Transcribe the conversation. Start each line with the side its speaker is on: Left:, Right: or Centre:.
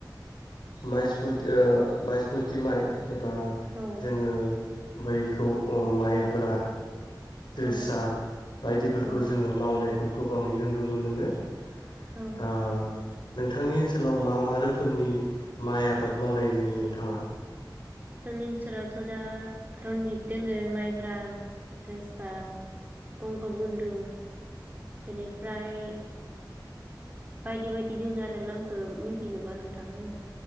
Left: माइसमुत ओ बाइसमुत थि माइ एब बा
Right: औ
Left: जोङो बैखौ अ माइब्रा जोसा
Right: औ
Left: बायदिफोरखौ
Right: औ
Left: जोङो मावनायखौ गोबाङैनो नुनो मोनो ओ
Right: औ
Left: नोंथांनि ओनसोलाव मा मा रोखोमनि माइ आबाद मावनाय नुयो नोंथाङा
Right: जोंनि ओनसोलावथ' दा रनजित दोङो माइब्रा, जोसा, बंगबन्धु बेनिफ्राय बायदि बायदि दोङो आरो नामखौ मिथिजोबा नोंथां आङो